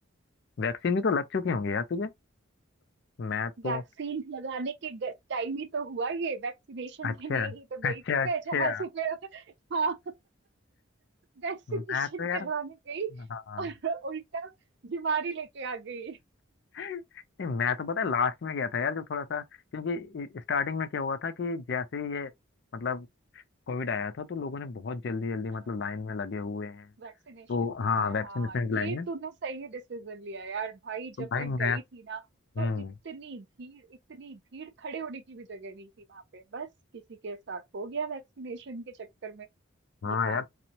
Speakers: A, on the left; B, on the right.
A: वैक्सीन भी तो लग चुकी होंगी यार तुझे मैं तो
B: वैक्सीन लगाने के टाइम ही तो हुआ ये वैक्सीनेशन
A: अच्छा
B: के लिए ही तो गई
A: अच्छा
B: थी
A: अच्छा
B: मैं जहां से मैं <laughs> हाँ वैक्सीनेशन
A: मैं तो यार
B: करवाने गई
A: हाँ
B: और उल्टा बीमारी लेके आ गई
A: नहीं मैं तो पता है लास्ट में गया था यार जब थोड़ा सा क्योंकि स्टार्टिंग में क्या हुआ था कि जैसे ही ये मतलब कोविड आया था तो लोगों ने बहुत जल्दी जल्दी
B: हाँ
A: मतलब लाइन में लगे हुए हैं
B: वैक्सीनेशन
A: तो
B: के
A: हाँ
B: लिए
A: वैक्सीनेशन
B: हाँ
A: की
B: ये
A: लाइन में
B: तूने सही डिसीजन लिया यार भाई
A: तो
B: जब
A: भाई
B: मैं गई
A: मैथ
B: थी ना तो
A: हम्म
B: इतनी भीड़ इतनी भीड़ खड़े होने की भी जगह नहीं थी वहां पे बस किसी के साथ हो गया वैक्सीनेशन के चक्कर में
A: हाँ
B: ये काम
A: यार